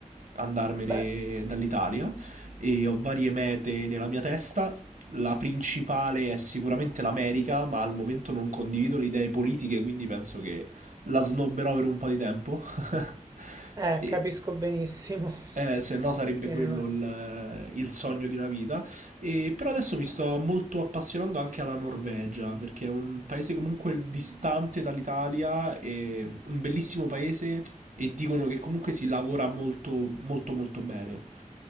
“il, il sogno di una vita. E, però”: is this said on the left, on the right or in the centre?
Right